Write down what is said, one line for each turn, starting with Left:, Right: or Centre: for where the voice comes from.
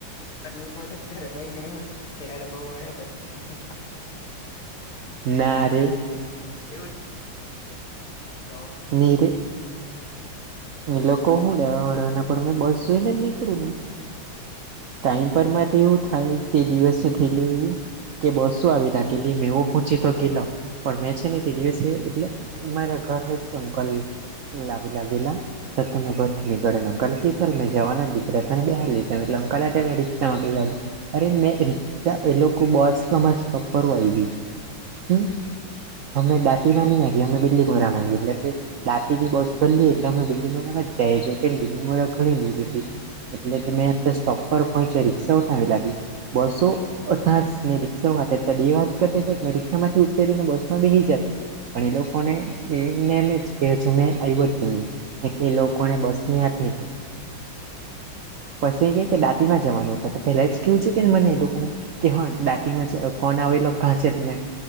Left: એટલે હું કોછ અત્યારે ભઈ ને આવ્યા પેલા લોકો વડે પછી <inaudible>
Right: ના રે
Left: એવું છ તો
Right: ની ર એ લોકો
Left: તો કેવું
Right: હું લેવા વડવા ના પણ મેં બસ જોઈને જ નીકળું ને ટાઈમ પર માં
Left: હા
Right: તો એવું
Left: હા
Right: થાય તે દિવસ થયલું એવું કે બસો આવી લાગેલી મેવો પહોચી તો ગેલો પણ મેં છે ને તે દિવસે એટલે મારા ઘર એક અંકલ લાવી લાગેલા તો તમે ભરથી નીકળેલો ઘર થી સર મેં જવાના દીકરા તને બહાર લઈ જ એટલે ભલા તમે રિક્ષા માં ગઈ આવી અરે મેં રિક્ષા એ લોકો બસ સમા સ્ટોપ પર આવી હમ અમે ડાંટી માં
Left: હા
Right: ની આવીએ અમે બીલીમોરામાં આવીયે એટલે જે દાટીની બસ ભરલી એટલે અમે બીલીમરામાં જાય છ કે બીલીમરા ઘણી દૂર હતી એટલે કે મેં અત્યારે સ્ટોપ પર પહોંચ્યો રિક્ષાઓ સારી લાગી બસો બસ આજ મેં રિક્ષા માટે બે વાત કરતી મેં રિક્ષા માંથી ઉતરી ને બસ માં બેહી જાત પણ એ લોકોને એ જ્ઞાન અજ કે જો મેં આયવો જ નઈ એટલે એ લોકોને બસ ની
Left: એ
Right: આત ની કે પછી એમ કે દાચ માં જવાનું છે તો પહેલા જ કેવું છે કેને મને એ લોકોને કે ડાંટી માં જ ફોન આવેલો કાં છે તમે